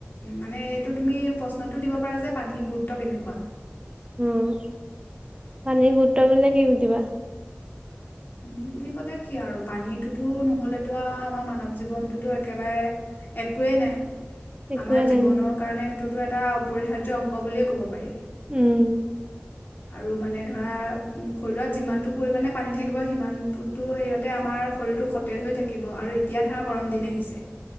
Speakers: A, on the left (about 55°); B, on the right (about 25°).
A: মানে এইটো তুমি প্ৰশ্নটো দিব পাৰা যে পানীৰ গুৰুত্ব কেনেকুৱা?
B: উম পানীৰ গুৰুত্ত্ব বুলিলে কি বুজিবা?
A: পানী বুলি ক'লে কি আৰু পানীটোতো নহ'লেতো আমাৰ মানৱ জীৱনটোতো একেবাৰে একোৱেই নাই।
B: একোৱে
A: আমাৰ
B: নাই
A: জীৱনৰ কাৰণে টোতটো এটা অপৰিহাৰ্য অংগ বুলিয়ে ক'ব পাৰি।
B: উম
A: আৰু মানে ধৰা শৰীৰত যিমানটো পৰিমাণে পানী থাকিব সিমানটো সেৰিয়তে আমাৰ শৰীৰটো সতেজ হৈ থাকিব আৰু এতিয়া ধৰা গৰম দিন আহিছে।